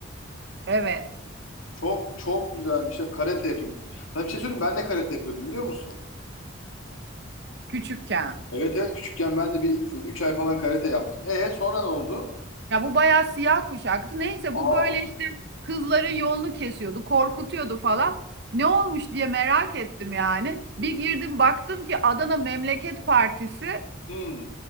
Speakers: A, on the right (about 55°); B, on the left (about 85°).
A: Evet,
B: çok çok güzelmiş ya. Karate yapıyor. Sana bir şey söyleyeyim mi? ben de karate yapıyordum biliyor musun?
A: küçükken.
B: Evet evet küçükken ben de bir e, 3 ay falan karate yaptım. E sonra ne oldu?
A: Ya bu bayağı siyah kuşaktı. Neyse
B: Aa,
A: bu böyle işte kızların yolunu kesiyordu, korkutuyordu falan. Ne olmuş diye merak ettim yani. Bir girdim baktım ki Adana Memleket Partisi
B: hmm,